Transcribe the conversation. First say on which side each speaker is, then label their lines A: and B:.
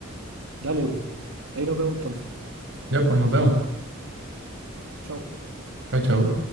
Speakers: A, on the right (about 75°); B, on the right (about 60°).
A: Dale, po. Ahí nos vemos entonces.
B: Ya, pues nos vemos.
A: Chao.
B: Chao, chao.